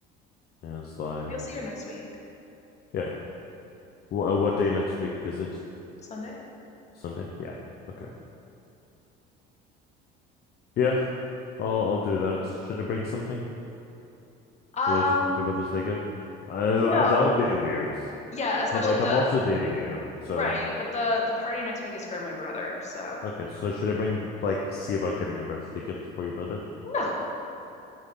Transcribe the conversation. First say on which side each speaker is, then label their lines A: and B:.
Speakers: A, on the left; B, on the left.
A: and it's like,
B: You'll see her next week,
A: yeah, Wh- what day next week is it?
B: Sunday.
A: Sunday? Yeah. Okay. Yeah, I'll I'll do that. Should I bring something?
B: Um,
A: Late to talking about this day gift. I,
B: no,
A: I, that would be weird.
B: yeah, especially
A: But like,
B: the
A: I'm also dating you, so
B: right, but the the party next week is for my brother, so
A: okay. So should I bring like see about getting a birthday gift for your brother?
B: no.